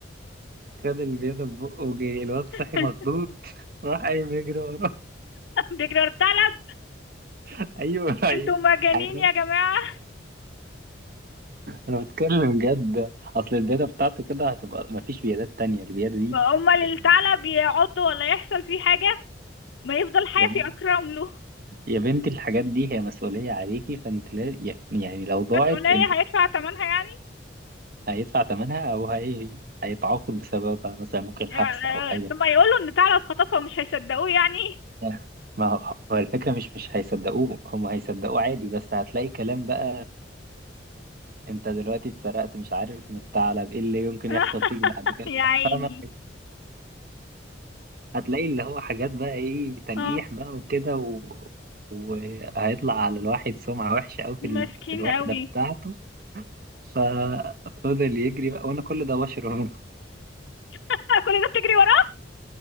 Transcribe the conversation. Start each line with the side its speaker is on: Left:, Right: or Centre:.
Right: خد البيضة في بقه وجري الواد صحي
Left: <laughs>
Right: مخضوض <laughs> راح قايم يجري وراه
Left: بيجري ورا الثعلب
Right: <laughs> ايوه هي-
Left: انتوا مجانين
Right: هيروح
Left: يا جماعة
Right: انا بتكلم جد اصل البيضة بتاعته كده هتبقى مفيش بيضات تانية البيضة دي
Left: امال
Right: يعني
Left: الثعلب يعض ولا يحصل فيه حاجة ما يفضل حافي
Right: يا ماما
Left: اكرم له
Right: يا بنتي الحاجات دي هي مسؤولية عليكي فانت لا يعني لو ضاعت
Left: مسؤولية
Right: انت
Left: هيدفع ثمنها يعني
Right: هيدفع ثمنها او هي... هيتعاقب بسببها مثلا ممكن
Left: آه،
Right: حبس او حاجة
Left: طب ما يقولوا ان ثعلب خطفه مش هيصدقوه يعني
Right: يعني ما هو هو الفكرة مش مش هيصدقوه هم هيصدقوه عادي بس هتلاقي كلام بقى انت دلوقتي اتسرقت مش عارف من ثعلب ايه اللي يمكن
Left: <laughs>
Right: يحصل فيك بعد كده
Left: يا عيني
Right: فاهمة هتلاقي اللي هو حاجات بقى ايه تلقيح
Left: اه
Right: بقى وكده و... وهيطلع على الواحد سمعة وحشة أوي في,
Left: مسكين
Right: ال... في الوحدة
Left: قوي
Right: بتاعته ففضل يجري بقى وانا كل ده بشرب <laughs>
Left: <laughs> كل ده بتجري وراه